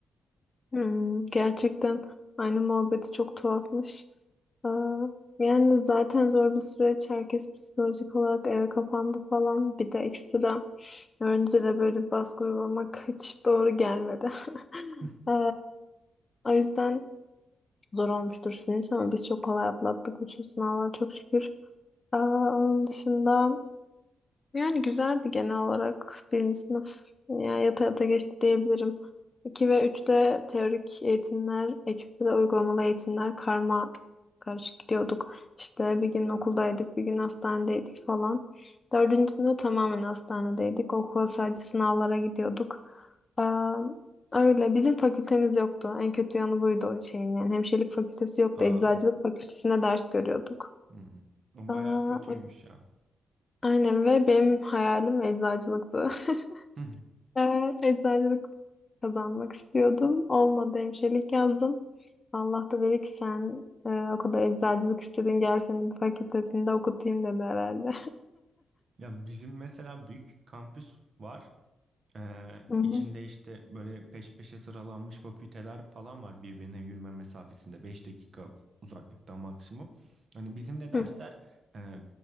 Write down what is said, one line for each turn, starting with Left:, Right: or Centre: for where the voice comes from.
Left: Hmm, gerçekten aynı muhabbeti çok tuhafmış. Aa, yani zaten zor bir süreç. Herkes psikolojik olarak eve kapandı falan. Bir de ekstra öğrencilere böyle bir baskı uygulamak hiç doğru gelmedi. <laughs>
Right: <laughs>
Left: Ee, o yüzden zor olmuştur sizin için ama biz çok kolay atlattık bütün sınavlar çok şükür. Aa, onun dışında yani güzeldi genel olarak birinci sınıf yani yata yata geçti diyebilirim. iki ve üçte teorik eğitimler, ekstra uygulamalı eğitimler karma karışık gidiyorduk. İşte bir gün okuldaydık, bir gün hastanedeydik falan. Dördüncü sınıf tamamen hastanedeydik. Okula sadece sınavlara gidiyorduk. Aa, öyle bizim fakültemiz yoktu. En kötü yanı buydu o şeyin. Yani hemşirelik fakültesi yoktu.
Right: Aa,
Left: Eczacılık fakültesine ders görüyorduk.
Right: hmm. O
Left: Aa,
Right: bayağı kötüymüş ya.
Left: Aynen ve benim hayalim eczacılıktı. <laughs>
Right: <laughs>
Left: Ee, eczacılık kazanmak istiyordum. Olmadı hemşirelik yazdım. Allah da dedi ki sen e, o kadar eczacılık istedin gel seni bir fakültesinde okutayım dedi herhalde.
Right: Ya bizim mesela büyük kampüs var. Ee,
Left: <laughs> Hı hı.
Right: içinde işte böyle peş peşe sıralanmış fakülteler falan var birbirine yürüme mesafesinde 5 dakika uzaklıkta maksimum. Hani bizim de dersler
Left: Hı.
Right: e,